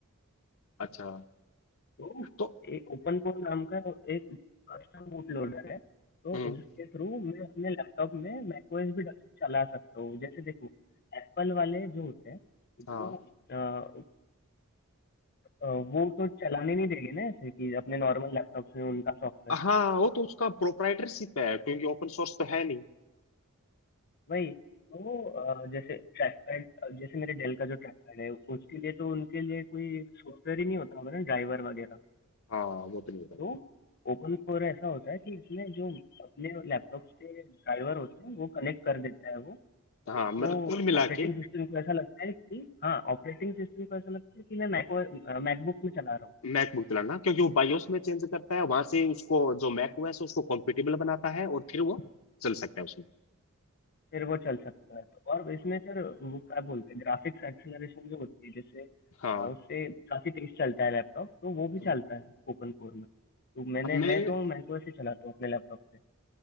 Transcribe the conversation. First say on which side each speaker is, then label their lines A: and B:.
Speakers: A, on the left; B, on the left.
A: अच्छा
B: तो
A: तो
B: एक ओपन कोर नाम का एक कस्टम बूट लोडर है तो
A: हम्म
B: उसके थ्रू मैं अपने लैपटॉप में मैकओएस भी डल- चला सकता हूँ जैसे देखो एप्पल वाले जो होते हैं
A: हाँ
B: वो अ, अ, वो तो चलाने नहीं देंगे ना ऐसे कि अपने नॉर्मल लैपटॉप में उनका सॉफ्टवेयर
A: हाँ वो तो उसका प्रोप्राइटरशिप है क्योंकि ओपन सोर्स तो है नहीं
B: वही तो अ, जैसे ट्रैक पैड जैसे मेरे डेल का जो ट्रैक पैड है उसके लिए तो उनके लिए कोई सॉफ्टवेयर ही नहीं होता होगा ना ड्राइवर वगैरह
A: हाँ वो तो नहीं होता
B: तो ओपन कोर ऐसा होता है कि इसमें जो अपने लैपटॉप्स के ड्राइवर होते हैं वो कनेक्ट कर देता है वो
A: हाँ
B: तो
A: मतलब कुल मिला
B: ऑपरेटिंग
A: के
B: सिस्टम को ऐसा लगता है कि हाँ ऑपरेटिंग सिस्टम को ऐसा लगता है कि मैं मैको मैकबुक में चला रहा हूँ
A: मैकबुक दिलाना क्योंकि वो बायोस में चेंज करता है वहां से उसको जो मैक ओएस है उसको कॉम्पिटेबल बनाता है और फिर वो चल सकता है उसमें
B: फिर वो चल सकता है तो और इसमें सर वो क्या बोलते हैं ग्राफिक्स एक्सेलरेशन जो होती है जैसे
A: हाँ
B: अ, उससे काफ़ी तेज चलता है लैपटॉप तो वो भी
A: हम्म।
B: चलता है ओपन कोर में तो मैंने
A: मैंने
B: मैं तो मैको से चलाता हूँ अपने लैपटॉप पे